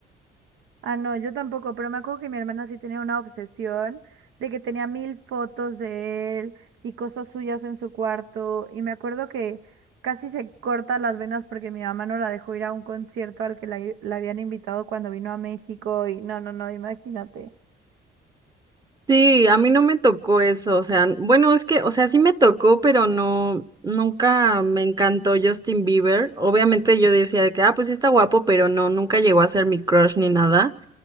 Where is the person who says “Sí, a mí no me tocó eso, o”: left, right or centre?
Right